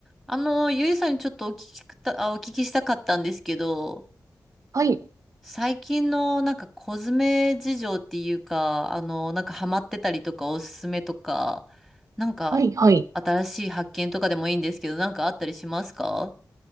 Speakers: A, in the centre; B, on the right (about 55°).
A: あの、ゆいさんにちょっとお聞きた、あ、お聞きしたかったんですけど、
B: はい、
A: 最近のなんかコスメ事情っていうか、あの、なんかハマってたりとかおすすめとか、なんか新しい発見とかでもいいんですけど、
B: はい、はい。
A: なんかあったりしますか